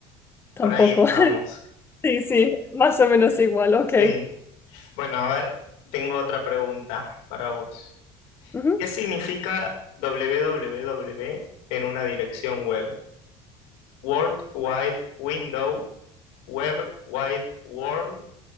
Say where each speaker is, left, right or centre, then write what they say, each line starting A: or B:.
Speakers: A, on the left; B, on the left.
A: tampoco.
B: Por ahí estamos.
A: <laughs> Sí, sí, más o menos igual, ok.
B: Sí. Bueno, a ver, tengo otra pregunta para vos.
A: Ujú.
B: ¿Qué significa www en una dirección web? World Wide Window, Web Wide World,